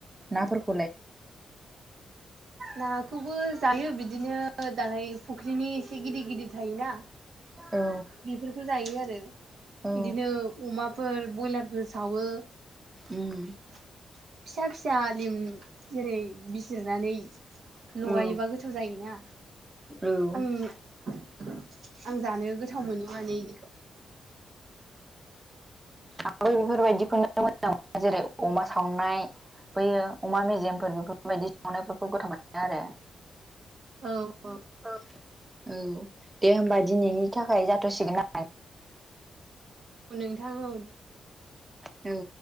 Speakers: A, on the right; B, on the right.
A: नाफोरखौ
B: नाखौबो जायो बिदिनो दालाय फुख्रिनि एसे गिदिर गिदिर थायोना
A: औ
B: बेफोरखौ जायो आरो
A: औ
B: बिदिनो अमाफोर बयलारफोर सावो
A: उम
B: फिसा - फिसा लिम जेरै बिजिरनानै लगायोबा
A: औ
B: गोथाव जायोना
A: उम
B: आं आं जानो गोथाव मोनो माने बिदिखौ
A: आंबो बेफोरबायदिखौनो मोजां मोनो जेरै अमा सावनाय फैयो अमा मेजेमफोर बेफोरबायदि संनायफोरखौ गोथाव मोनो आरो
B: औ औ
A: औ दे होनबा दिनैनि थाखाय जाथसिगोन ना
B: औ नोंथां औ दे
A: औ